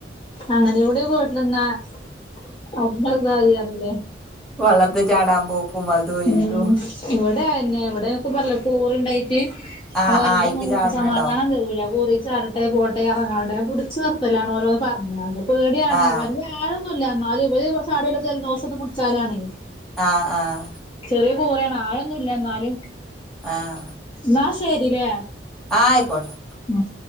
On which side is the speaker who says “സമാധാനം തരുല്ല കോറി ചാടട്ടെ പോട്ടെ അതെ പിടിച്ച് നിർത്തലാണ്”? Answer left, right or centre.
Left